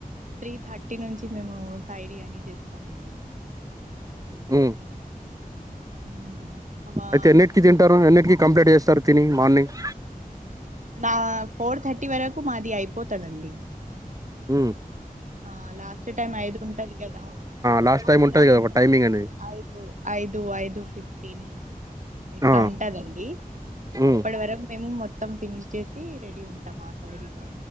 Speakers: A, on the right; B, on the right.
A: త్రీ థర్టీ నుంచి మేము సాయిర్ అని చేస్తామండి
B: ఆ
A: మ్మ్. మా
B: అయితే ఎన్నిటికి తింటారు ఎన్నిటికిీ కంప్లైంట్ చేస్తారు తిని మార్నింగ్
A: నా ఫోర్ థర్టీ వరకు మాది అయిపోతుందండి
B: హ
A: ఆ లాస్ట్ టైమ్ ఐదు ఉంటది కదా
B: లాస్ట్
A: అవునవును
B: టైం ఉంటది కదా ఒక టైమింగ్ అనేది
A: ఐదు ఐదు ఐదు ఫిఫ్టీన్ ఇట్లా
B: ఆ
A: ఉంటదండి
B: ఉమ్
A: అప్పటి వరకు మేము మ మొత్తం ఫినిష్ చేసి రెడీ ఉంటాం ఆ సైరీగా